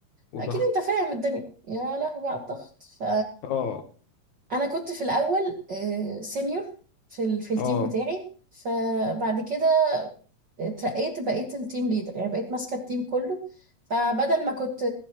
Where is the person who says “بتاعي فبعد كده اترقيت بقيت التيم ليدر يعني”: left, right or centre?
Right